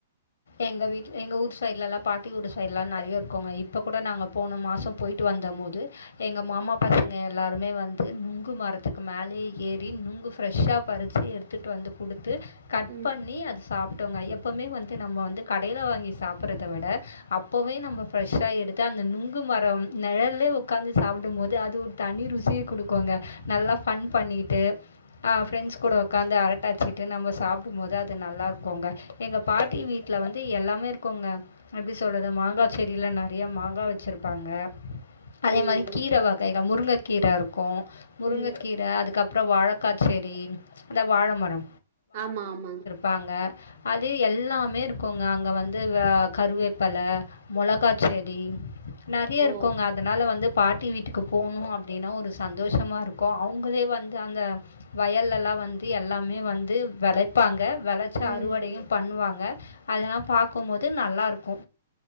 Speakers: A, on the left; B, on the right.
A: எங்க வீட் எங்க ஊர் சைட்லலா பாட்டி ஊர் சைட்லா நறைய இருக்குங்க இப்ப கூட நாங்க போன மாசோ போய்ட்டு வந்த போது எங்க மாமா பசங்க எல்லாருமே வந்து நுங்கு மரத்துக்கு மேலயே ஏறி நுங்கு ஃப்ரெஷ்ஷா பறிச்சி எடு துட்டு வந்து குடுத்து கட்
B: ம்.
A: பண்ணி அது சாப்ட்டோங்க ஐ எப்போமே வந்து நம்ம வந்து கடைல வாங்கி சாப்பறதவிட அப்பவே நம்ம ஃப்ரெஷ்ஷா எடுத்து அந்த நுங்கு மரம் நிழல்லே உக்காந்து சாப்டும்போது அது ஒரு தனி ருசிய குடுக்குங்க நல்லா ஃபன் பண்ணிக்கிட்டு ஆ ஃப்ரெண்ஸ்கூட உக்காந்து அரட்ட அடிச்சிட்டு நம்ம சாப் ம் போது அது நல்லா இருக்குங்க எங்க பாட்டி வீட்ல வந்து எல்லாமே இருக்குங்க எப்டி சொல்றது மாங்கா செடில நறையா மாங்கா வெச்சிருப்பாங்க அதே
B: ம்.
A: மாரி கீர வகைல முருங்கக்கீர இருக்கு முருங்கக்கீர
B: ம்.
A: அதுக்கப் றோ வாழக்காச்செடி அந்த வாழமரோ
B: ஆமா ஆமாங்
A: பாங்க அது எல்லாமே இருக்குங்க அங்க வந்து ஆ கருவேப்பல மொளகா செடி நறைய
B: ஓ!
A: இருக்குங்க அங் அதனால வந்து பாட்டி வீட்டுக்கு போணு அப்டின்னா ஒரு சந்தோஷமா இருக்கு அவுங்களே வந்து அந்த வயல்லெல்லா வந்து எல்லாமே வந்து வெள பாங்க வெளச்சி
B: ம்.
A: அறுவடையு பண்ணுவாங்க அதெல்லா பாக்கும்போது நல்லாருக்கு